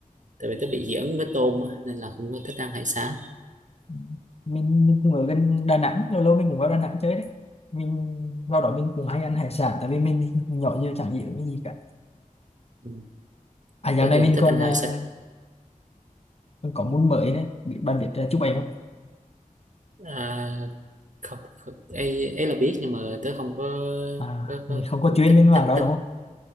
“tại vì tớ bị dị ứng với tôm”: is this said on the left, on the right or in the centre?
Right